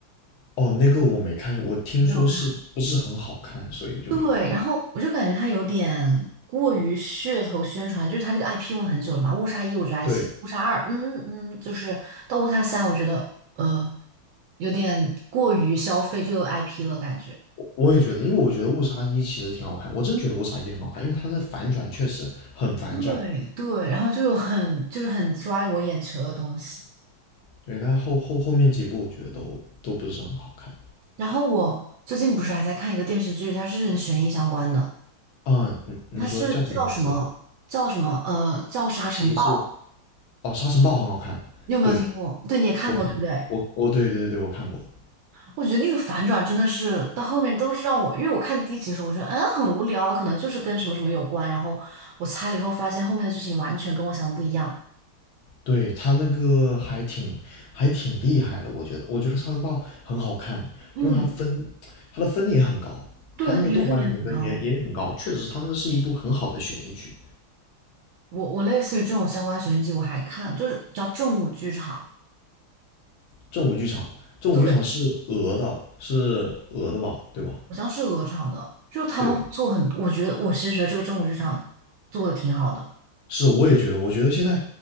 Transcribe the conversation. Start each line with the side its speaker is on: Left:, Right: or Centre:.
Left: 哦，那个我没看，我听说是不是很好看，
Right: 没有看。
Left: 所以我就没看。
Right: 对，然后我就感觉他有点过于噱头宣传，就是他这个 IP 用了很久了嘛，《误杀一》我觉得还行，
Left: 对，
Right: 《误杀二》嗯嗯，就是到《误杀三》，我觉得呃有点过于消费这个 IP 了，感觉。
Left: 我也觉得，因为我觉得误杀一其实挺好看，我真觉得误杀一很好看，因为它的反转确实很反转。
Right: 对对，然后就有很就是很抓我眼球的东西。
Left: 对，但后后后面几部我觉得都都不是很好看。
Right: 然后我最近不是还在看一个电视剧，它是跟悬疑相关的，
Left: 啊，你你说叫什么名字？
Right: 它是叫什么叫什么呃叫《沙尘暴》，
Left: 骑士。哦，沙尘暴很好看，
Right: 你有没有听过？
Left: 对，
Right: 对，你也看过对不对？
Left: 我听，我我对对对对，我看过，
Right: 我觉得那个反转真的是到后面都是让我，因为我看第一集的时候，我觉得嗯很无聊啊可能就是跟什么什么有关，然后我猜了以后发现后面的剧情完全跟我想的不一样。
Left: 对他那个还挺还挺厉害的，我觉得，我觉得沙尘暴很好看，
Right: 嗯，
Left: 因为它分它的分也很高，
Right: 对，
Left: 它那个豆瓣评分也也很高，
Right: 它评分也很高。
Left: 确实，它那个是一部很好的悬疑剧。
Right: 我我类似于这种相关悬疑剧我还看，就是叫正午剧场，
Left: 正午剧场，正午剧场是俄的，
Right: 对，
Left: 是俄的吧，对吧？
Right: 好像是鹅厂的，就他们会做很多，
Left: 对的，
Right: 我觉得我其实觉得这个正午剧场做的挺好的。
Left: 是，我也觉得，我觉得现在